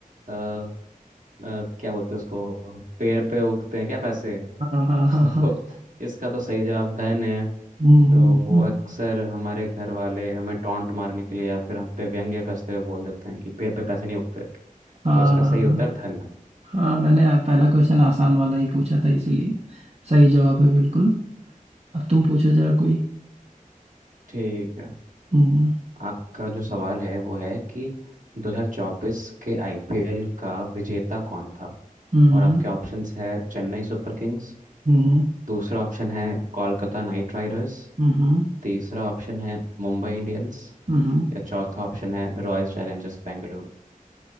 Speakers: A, on the right (about 65°); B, on the right (about 45°).
A: अ, अ, क्या बोलते हैं उसको पेड़ पे उगते हैं क्या पैसे <laughs>
B: हाँ हाँ
A: तो
B: हाँ हाँ
A: इसका तो सही जवाब धन है
B: हम्म,
A: तो वो
B: हम्म,
A: अक्सर हमारे घर वाले हमें टॉन्ट मारने के लिए या फिर हम पे व्यंग्य कसते हुए बोल देते हैं कि पेड़ पे पैसे नहीं उगते
B: हाँ
A: तो इसका
B: हाँ
A: सही उत्तर धन है
B: हाँ, हाँ, मैंने पहला क्वेश्चन आसान वाला ही पूछा था इसीलिए सही जवाब है बिल्कुल अब तुम पूछो जरा कोई
A: ठीक है
B: हम्म
A: आपका जो सवाल है वो है कि 2024 के आईपीएल का विजेता कौन था
B: हम्म
A: और
B: हम्म
A: आपके ऑप्शंस है चेन्नई सुपर किंग्स
B: हम्म।
A: दूसरा ऑप्शन है कोलकाता नाइट राइडर्स
B: हम्म
A: तीसरा ऑप्शन है मुंबई इंडियंस
B: हम्म
A: या चौथा ऑप्शन है रॉयल चैलेंजर्स बेंगलुरु